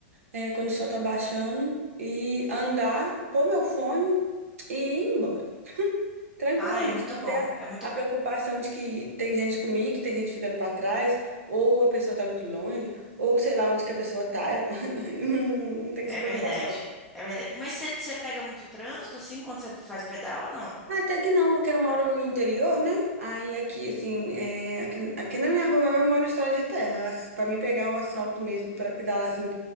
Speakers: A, on the right; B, in the centre.
A: é, quando o sol tá baixando e andar, pôr meu fone e ir embora. Tranquilamente,
B: Ah, é muito
A: não
B: bom.
A: ter a,
B: É muito.
A: a preocupação de que tem gente comigo, que tem gente ficando pra trás, ou a pessoa tá muito longe, ou sei lá onde que a pessoa tá. <laughs> Não, não tem essa
B: É
A: preocupação.
B: verdade. É verdade. Mas você você pega muito trânsito, assim, quando você faz pedal ou não?
A: Até que não, porque eu moro no interior, né? Aí aqui, assim, é, aqui, aqui na minha rua mesmo eu moro em estrada de terra, assim, pra mim pegar o asfalto mesmo, pra pedalar, assim,